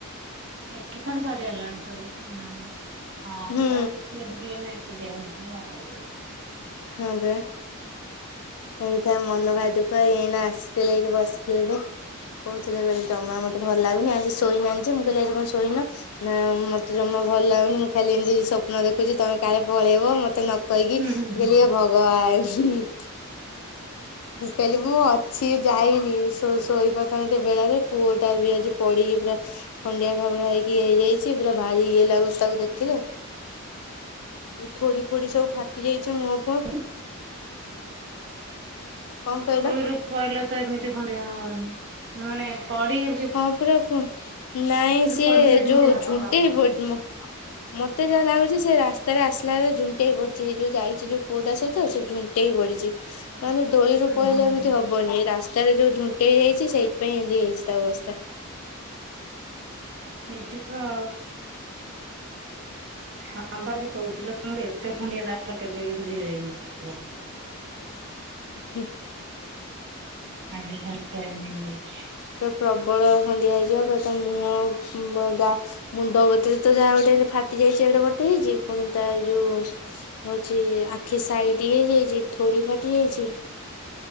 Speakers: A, on the right (about 50°); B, on the left (about 75°).
A: ଏଠି ତାହେଲେ ସରିଗଲାଣି ସବୁ ହୁଁ ହଁ।
B: ହୁଁ
A: ତାହେଲେ ସିଏ ଟିକେ ଏଇନା ଏକୁଟିଆ ହେଇଯିବେ <unintelligible>
B: ହଁ ପା। ଏଇଥା ମନ ଭାରି ଦୁଖ ଏଇନା ଆସିଥିଲେ ଏଇଠି ବସିଥିଲେ ବି। କହୁଥିଲେ ବଲେ ଜମା ମତେ ଭଲ ଲାଗୁନି। ଆଜି ଶୋଇନାହାନ୍ତି ଜେ ମୁଁ କିଲି ଆଜି କଣ ଶୋଇନ? ନା ମତେ ଜମା ଭଲ ଲାଗୁନି ମୁଁ ଖାଲି ଏମିତି ସ୍ୱପ୍ନ ଦେଖୁଚି ତମେ କାଳେ ପଳେଇବ ମତେ ମତେ ନ କହିକି।
A: ହୁଁ
B: ମୁ
A: ହୁଁ ହୁଁ
B: କହିଲି
A: ହୁଁ।
B: ଏ ଭଗବାନ। ମୁଁ କହିଲି ମୁଁ ଅଛି ଯାଇନି। ଶୋ ଶୋଇପଡିଥାନ୍ତି ଟିକେ ବେଳରେ ପୁଅ ଟା ବି ଆଜି ପଢିକି ପୁରା ଖଣ୍ଡିଆ ଖାବଡ଼ା ହେଇକି ଇଏ ହେଇଯାଇଚି ପୁରା ଭାରି ଇଏ ଲାଗୁଚି ତାକୁ ଦେଖିଲେ। ଥୋଡି ଫୋଡି ସବୁ ଫାଟି ଯାଇଚି ମୁହଁ ଫୁହଁ।
A: <unintelligible> ପହିଲା
B: କଣ କହିଲ
A: ତ ଏମିତି ଖଣ୍ଡିଆ ହବନି ମାନେ ପଡିଗ
B: ହଁ ପୁରା କୁହ ନାଇଁ ସିଏ
A: ପଡିଲେ ଏମିତି
B: ଯୋଉ
A: ହବ
B: ଝୁଣ୍ଟେଇ
A: ଭାବୁଛି।
B: ପଡ୍ ମୋ ମତେ ଯାହା ଲାଗୁଚି ସେ ରାସ୍ତାରେ ଆସ୍ଲାଳେ ଝୁଣ୍ଟେଇ ହେଇ ପଡ୍ଚି ସେଇ ଯୋଉ ଯାଇଛି ଯୋଉ ପୁଅଟା ସହିତ ସେ ଝୁଣ୍ ଟେଇ ପଡିଚି ନହେଲେ ଦୋଳିରୁ
A: ହୁଁ
B: ପହିଲେ
A: ହୁଁ।
B: ଏମିତି ହବନି ରାସ୍ତାରେ ଯୋଉ ଝୁଣ୍ଟେଇ ହେଇଛି ସେଇ ପାଇଁ ଏନ୍ତି ହେଇଚି ତା ଅବସ୍ଥା।
A: ଏଇଥର ହଁ ବା ଆଜି କହୁଥିଲେ ଏତେ ଖଣ୍ଡିଆ କାହାର କେବେ ହୋଇନଥିଲା।
B: ହୁଁ।
A: ଆଜି ଫାଷ୍ଟ୍ ଟାଇମ୍ ଏଇଁ ହେଇଛି।
B: ପୁରା ପ୍ରବଳ ଖଣ୍ଡିଆ ହେଇଯିବ ପୁର ତା ମୁହଁ ବ ଗା ମୁଣ୍ଡ ଗତିରେ ତ ଯାହା ଗୋଟେ ଫାଟି ଯାଇଚି ଏଡେ ବଡଟେ ହେଇଚି ପୁଣି ତା ଏଇ ଯୋଉ ହୋଉଚି ଆଖି ସାଇଟି ଇଏ ହେଇଯାଇଚି ଥୋଡି ଫାଟି ଯାଇଚି।